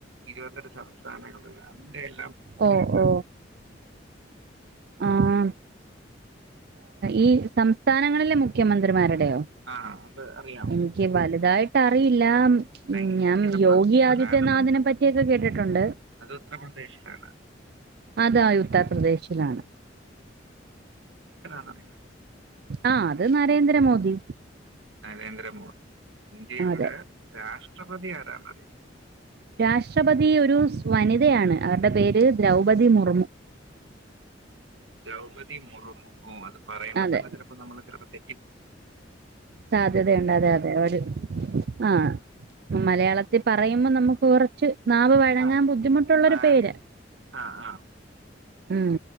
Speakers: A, on the right; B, on the right.
A: ഇരുപതെട്ട് സംസ്ഥാനങ്ങളില് <unintelligible>
B: ഓ ഓ ആഹ് ഈ സംസ്ഥാനങ്ങളിലെ മുഖ്യമന്ത്രിമാര അതെയൊ
A: ആ അത് അറിയാമോ
B: എനിക്ക് വലുതായിട്ട് അറിയില്ല
A: എന്നാ
B: ഉം ഞാൻ
A: ഇന്ത്യയുടെ പ്ര-
B: യോഗി
A: പ്രധാനമന്ത്രി
B: ആദിത്യനാഥിനെ പറ്റിയൊക്കെ കേട്ടിട്ടുണ്ട്
A: അത് ഉത്തർപ്രദേശിലാണ്
B: അതാ ഉത്തർപ്രദേശിലാണ്
A: അറിയൊ
B: ആ അത് നരേന്ദ്ര മോദി
A: നരേന്ദ്ര മോദി ഇന്ത്യയുടെ
B: അതെ
A: രാഷ് ട്രപ്രതി ആരാന്ന് അറിയൊ
B: രാഷ്ട്രപതി ഒരു സ് വനിതയാണ് അവരുടെ പേര് ദ്രൗപദി മുർമു
A: ദ്രൗപതി മുറുമു ഓ അത് പറയുമ്പ
B: അതെ
A: തന്നെ ചിലപ്പോ നമ്മളെ ചെലപ്പോ തെ
B: സാധ്യതയുണ്ട് അതെ അതെ ആഹ് മലയാള ത്തി പറയുമ്പോ നമുക്ക് കുറച്ച് നാവ് വഴങ്ങാൻ
A: ആ
B: ബുദ്ധിമുട്ടുള്ളൊരു
A: നാല്
B: പേര്
A: ആ ആ
B: ഉം